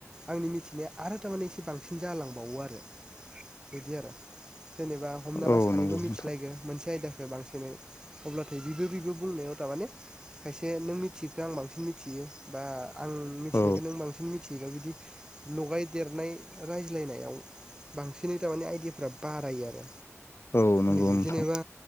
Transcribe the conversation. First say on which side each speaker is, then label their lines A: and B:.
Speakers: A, on the right; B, on the left.
A: आंनि मिथिनाया आरो <unintelligible> एसे बांसिन जालांबावो आरो बिदि आरो। जेनेबा हमना
B: औ
A: ला सानैबो
B: नंगौ नोंथां
A: मिथिलायो मोनसे आयदा खौ बांसिनै अब्लाथाय बिबो बिबो बुंनायाव तारमाने खायसे नों मिथियिखौ आं बांसिन मिथियो बा आं मिथिनायखो
B: औ
A: नों बांसिन मिथि या बिदि लगाय देरनाय रायज्लायनायाव बांसिनै थारमाने आयदियाफ्रा बारायो आरो
B: औ नंगौ
A: बिदि
B: नोंथां
A: जेनेबा